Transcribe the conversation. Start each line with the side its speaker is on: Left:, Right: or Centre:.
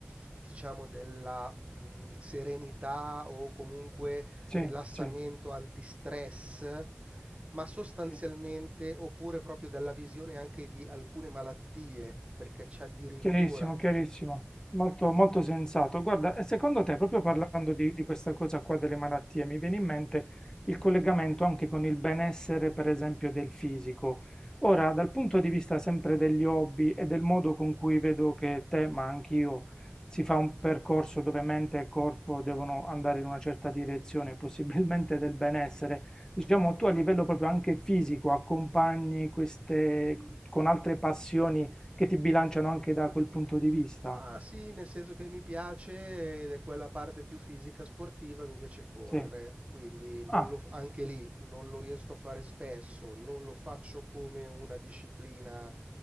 Right: diciamo, della mh, serenità o comunque
Left: Sì,
Right: rilassamento,
Left: sì,
Right: antistress, ma sostanzialmente
Left: sì.
Right: oppure proprio dalla visione anche di alcune malattie, perché c'è addirittura
Left: Chiarissimo, chiarissimo, molto, molto sensato. Guarda, e secondo te, proprio parlando di, di questa cosa qua delle malattie, mi viene in mente il collegamento anche con il benessere, per esempio, del fisico. Ora, dal punto di vista sempre degli hobby e del modo con cui vedo che te, ma anch'io, si fa un percorso dove mente e corpo devono andare in una certa direzione, possibilmente del benessere, diciamo tu a livello proprio anche fisico accompagni queste con altre passioni che ti bilanciano anche da quel punto di vista?
Right: Ma sì, nel senso che mi piace ed è quella parte più fisica sportiva, mi piace correre,
Left: Sì.
Right: quindi non
Left: Ah,
Right: lo- anche lì non lo riesco a fare spesso, non lo faccio come una disciplina